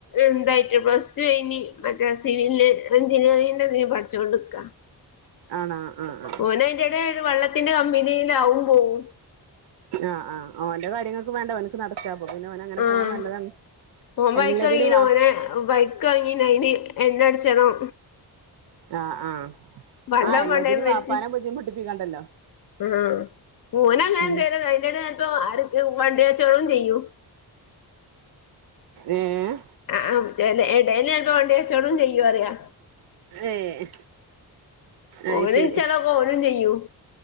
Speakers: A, on the left; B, on the right.
A: എന്തായിട്ട് പ്ലസ് ത് കഴിഞ് മറ്റേ സിവില് എഞ്ചിനീയറിങ്ങിന്റെ തിന് പഠിച്ചോണ്ടിരിക്ക
B: ആണോ ആഹ്
A: ഓന് അയ്ന്റെടേല് വള്ളത്തിന്റെ കമ്പനീലാവും അഹും പോവും
B: ആഹ് ആഹ് ഓന്റെ കാര്യങ്ങൾക്കും വേണ്ടേ ഇത് നട്ക്കപ്പം പിന്നെ ഓനങ്ങനെ
A: ആഹ്
B: പോണത് നല്ലതാണ്
A: ഓൻ
B: എല്ലതിനും
A: ബൈക്ക് വാങ്ങീന്
B: വാ
A: ഓന് ബൈക്ക് വാങ്ങിന് അയ്ന് എണ്ണട്ച്ചണം
B: ആഹ് ആഹ്
A: പണ്ടം
B: ആ എല്ലാതിനും
A: പണയം വെച്ച്
B: വാപ്പാനെ ബുദ്ധിമുട്ടിപ്പിക്കണ്ടല്ലോ
A: ആഹ് ഓന് അങ്ങനെന്തേലും
B: ഉം
A: അയിന്റെടെല് ചെൽപ്പോ അട് വണ്ടി കച്ചോടും ചെയ്യും.
B: ഏഹ്
A: ആഹ് എടേല് ചെൽപ്പോ വണ്ടി കച്ചോടും ചെയ്യും അറിയാ
B: ഏഹ് ആയ്
A: ഓന്
B: ശെരി
A: ചെലതൊക്കെ ഓനും ചെയ്യും